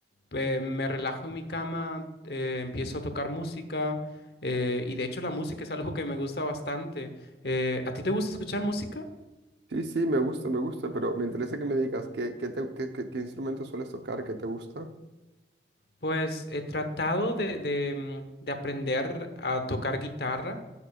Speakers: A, on the left (about 65°); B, on the right (about 75°).
A: eh, me relajo en mi cama, eh, empiezo a tocar música eh, y de hecho la música es algo que me gusta bastante. Eh, ¿a ti te gusta escuchar música?
B: Sí, sí, me gusta, me gusta, pero me interesa que me digas qué, qué, te- qué- qué- qué instrumento sueles tocar, qué te gusta.
A: Pues he tratado de, de, mm, de aprender a tocar guitarra,